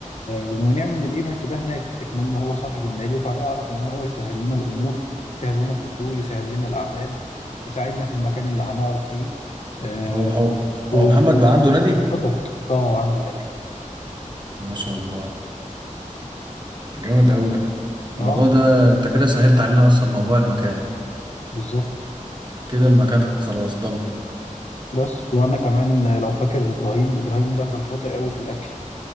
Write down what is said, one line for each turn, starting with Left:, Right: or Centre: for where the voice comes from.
Left: ونعمل الايفنت ده هناك اكمن هو صاحب النادي فهيعرف ان هو يسهل لنا الامور يسهل لنا الدخول يسهل لنا الاعداد يساعدنا في المكان اللي هنقعد فيه آه
Right: هو هو
Left: وفي
Right: هو محمد
Left: ال-
Right: بقى
Left: وفي
Right: عنده نادي
Left: الخطط اه عنده نادي
Right: ما شاء الله ده جامد أوي ده
Left: اه
Right: الموضوع ده أنت كده سهلت علينا أصلا موضوع المكان
Left: بالظبط
Right: كده المكان خلاص ضن
Left: بس وانا كمان لو فاكر ابراهيم ابراهيم ده كان شاطر قوي في الاكل